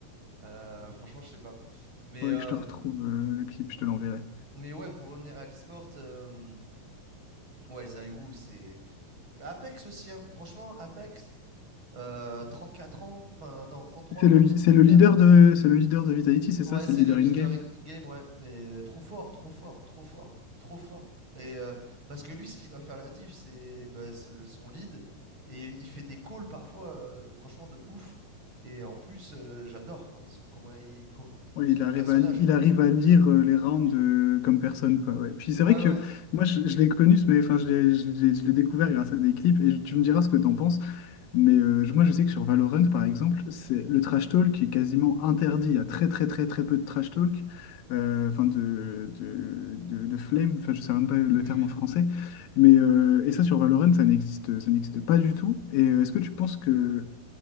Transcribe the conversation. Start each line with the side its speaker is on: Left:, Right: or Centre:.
Right: Euh, franchement, je sais pas. Mais
Left: Faudrait
Right: euh,
Left: que je te retrouve euh, le clip, je te l'enverrai.
Right: mais ouais, pour revenir à l'e-sport, euh, ouais, Zai Wu, c'est pff, Apex aussi, hein. Franchement, Apex, euh, quatre ans, enfin non, trente trois
Left: C'est
Right: bientôt
Left: le,
Right: trente
Left: c'est le
Right: quatre
Left: leader de c'est le leader de Vitality, c'est
Right: Ouais,
Left: ça? C'est
Right: c'est
Left: le leader
Right: le leader
Left: in-game?
Right: in- in-game, ouais. Mais euh, trop fort, trop fort, trop fort, trop fort. Et euh, parce que lui, ce qui va faire la diff, c'est bah, ce- son lead. Et il fait des calls parfois, euh, franchement, de ouf. Et en plus, euh, j'adore, quoi. ce- comment il, com-
Left: Oui,
Right: son
Left: il arrive
Right: personnage,
Left: à, li-
Right: quoi.
Left: il arrive à lire euh, les rounds euh, comme personne, quoi. ouais. Puis c'est
Right: Ouais,
Left: vrai que
Right: ouais.
Left: moi, je, je l'ai connu, ce- mais enfin, je l'ai je l'ai- je l'ai découvert grâce à des clips, et je- tu me diras ce que t'en penses. Mais euh, je- moi, je sais que sur Valorant, par exemple, c'est le trash talk qui est quasiment interdit. Il y a très, très, très, très peu de trash talk, euh, enfin de, de, de, de flame, enfin, je sais même pas le
Right: Oui,
Left: terme
Right: oui.
Left: en français. Mais, euh, et ça, sur Valorant, ça n'existe, ça n'existe pas du tout. Et euh, est-ce que tu penses que